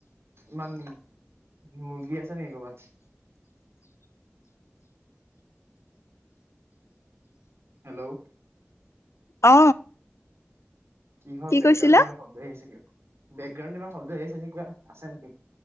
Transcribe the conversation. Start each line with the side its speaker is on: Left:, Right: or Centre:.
Right: ইমান মুৰ্গী আছে নেকি ক'বাত? হেল্ল' ।
Left: অ
Right: কিহৰ
Left: কি
Right: বেকগ্ৰাউণ্ডত
Left: কৈছিলা?
Right: ইমান শব্দ আহিছে কিবা বেকগ্ৰাউণ্ডত ইমান শব্দ আহিছে নে কিবা আছে নেকি?